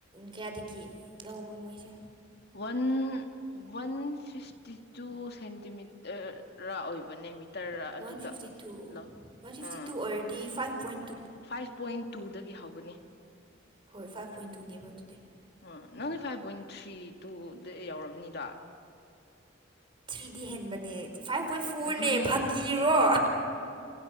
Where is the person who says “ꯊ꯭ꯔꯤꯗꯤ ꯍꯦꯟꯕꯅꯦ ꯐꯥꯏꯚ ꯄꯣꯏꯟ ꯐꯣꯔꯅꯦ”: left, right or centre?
Right